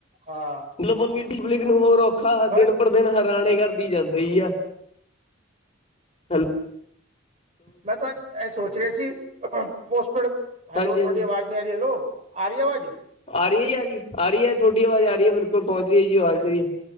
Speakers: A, on the right; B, on the left.
A: ਹਾਂ
B: ਮਤਲਬ ਹੋਰ <unintelligible> ਖਾ ਦਿਨ
A: ਬਸ
B: ਪਰ ਦਿਨ ਹੈਰਾਣੇ ਕਰਦੀ ਜਾਂਦੀ ਈ ਆ। ਹੈਲ
A: ਮੈਂ ਤਾਂ ਇਹ ਸੋਚ ਰਿਹਾ ਸੀ। ਪੋਸਟਪੇਡ ਹੈਲੋ
B: ਹਾਂਜੀ
A: ਤੁਹਾਡੀ
B: ਹਾਂਜੀ
A: ਆਵਾਜ਼ ਨਹੀਂ ਆ ਰਹੀ ਹੈਲੋ ਆਰੀ ਆਵਾਜ?
B: ਆ ਰਹੀ ਐ ਜੀ ਆ ਰਹੀ ਆ ਰਹੀ ਐ ਤੁਹਾਡੀ ਆਵਾਜ਼ ਆ ਰਹੀ ਐ ਮੇਰੇ ਕੋਲ ਪਹੁੰਚ ਗਈਹੈ ਜੀ ਆਵਾਜ਼ ਚਹੀ